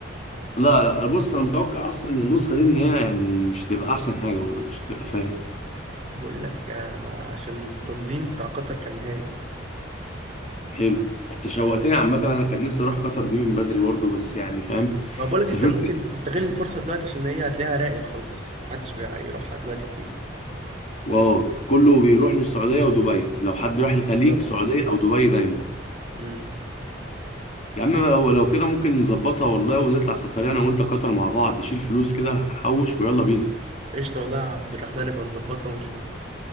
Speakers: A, on the left; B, on the right.
A: لا لا انا بص انا متوقع اصلا النسخه دي ان هي يعني مش هتبقى احسن حاجه برضه عشان تبقى فاهم
B: بقول لك آه، ما عشان التنظيم بتاع قطر كان هايل
A: حلو انت شوقتني عامة انا كان نفسي اروح قطر دي من بدري برضو بس يعني فاهم
B: ما بقول لك
A: سافرت
B: أنت ممكن تستغل الفرصة دلوقتي عشان هي هتلاقيها راقد خلاص ما عادش بيروحها دلوقتي كتير
A: واو كله بيروح للسعودية ودبي لو حد راح الخليج
B: بالظبط
A: سعودية او دبي دايما
B: امم
A: يا عم لو لو كده ممكن نظبطها والله ونطلع سفرية انا وانت قطر مع بعض نشيل فلوس كده حوش ويلا بينا
B: قشطة والله يا عبد الرحمن يبقى نظبطها ونشوف